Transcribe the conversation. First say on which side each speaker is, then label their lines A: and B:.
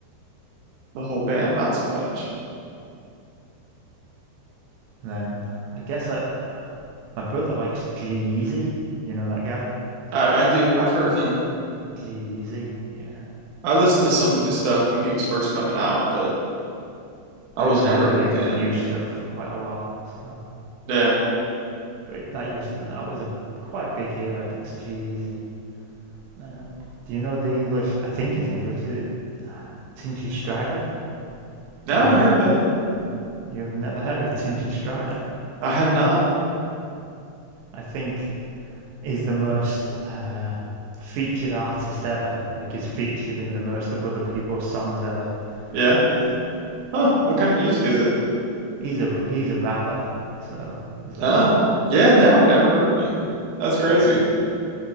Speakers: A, on the right; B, on the right.
A: the whole band, not so much.
B: And then I guess I, my brother likes G eazy You know that guy?
A: I, I do. I've heard of him.
B: G eazy Yeah.
A: I listened to some of his stuff when he was first coming out, but I
B: I
A: was
B: haven't heard
A: never a
B: any
A: big
B: of
A: fan.
B: his new stuff for quite a while, so
A: Yeah.
B: But that used to, that was a quite big here, I guess. Cheesy. Um, do you know the English? I think he's English. Is it Tinchy Strider?
A: No,
B: Is
A: I
B: he
A: haven't
B: English?
A: heard of him.
B: You've never heard of Tinchy Strider?
A: I have not.
B: I think he's the most uh, featured artist ever. Like he's featured in the most of other people's songs ever.
A: Yeah.
B: So
A: Huh. What kind of music is it?
B: he's a he's a rapper. So he's like
A: Oh,
B: a
A: yeah. No, I've never heard of him. That's crazy.
B: he's,